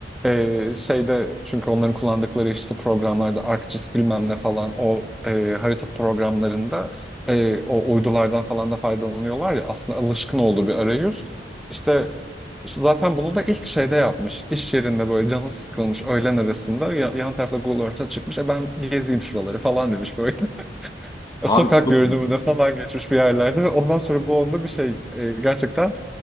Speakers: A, in the centre; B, on the left.
A: E, şeyde çünkü onların kullandıkları işte programlarda ArcGIS bilmem ne falan o e, harita programlarında e, o uydulardan falan da faydalanıyorlar ya aslında alışkın olduğu bir arayüz. İşte zaten bunu da ilk şeyde yapmış. İş yerinde böyle canı sıkılmış öğlen arasında ya- yan tarafta Google Earth'a çıkmış. E ben gezeyim şuraları falan demiş böyle. E,
B: abi
A: sokak
B: çok
A: görünümüne
B: iyi.
A: falan geçmiş bir yerlerde ve ondan sonra bu onda bir şey e, gerçekten